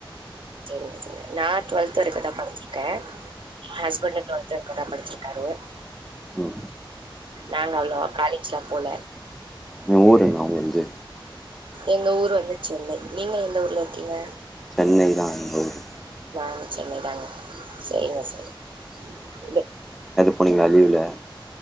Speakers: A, on the right; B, in the centre.
A: சேரிங்க சேரிங்க நா டுவெல்த் வரைக்கு தா படிச்சிருக்கே, ஹஸ்பண்டு டுவெல்த் வரைக்கு தா படிச்சிருக்காரு
B: ம்
A: நாங்க அவ்ளோ காலேஜ்லா போல
B: எ ஊர் என்ன உங்கள்து
A: எங்க ஊர் வந்து சென்னை நீங்க எந்த ஊர்ல இருக்கீங்க
B: சொன்னைதா, எங்க ஊரு
A: நானு சென்னைதாங்க சேரிங்க சேரி தே
B: போனீங்ளா லீவ்ல